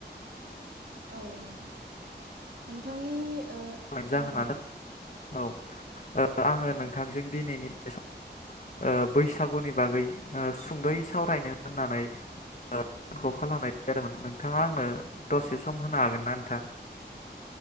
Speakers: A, on the right; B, on the left.
A: औ नोंथां। नोंथांनि ओ
B: आनि जाहोनानो
A: औ नोंथां
B: औ ओ आङो नों नोंथांजों दिनैनि बै ओ बैसागुनि बागै ओ सुंद'यै सावरायनो होननानै ओ खौ खालामनाय जादोंमोन नोंथाङा आंनो दसे सम होनो हागोन ना नोंथां?